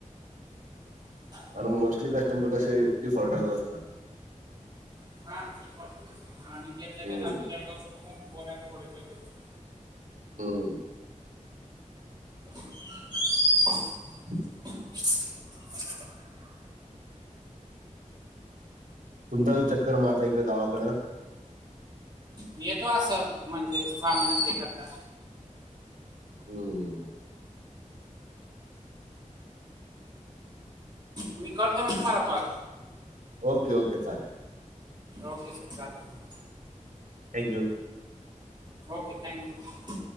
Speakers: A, on the right (about 35°); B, on the right (about 85°).
A: <unintelligible>
B: आणि मोस्टली कस्टमर कसे, डिफॉल्टरच असतात.
A: <unintelligible>
B: हं,
A: हां,
B: हो.
A: <inaudible>
B: <inaudible>
A: <inaudible>
B: तुमचा कधी चक्कर मारता इकडं गावाकडं.
A: येतो असं, म्हणजे सा महीन्यात न एखादा.
B: हम्म.
A: मी करतो मग तुम्हाला कॉल.
B: ओके ओके चालेल.
A: ओके सर चालेल
B: थँक्यू
A: ओके थँक यु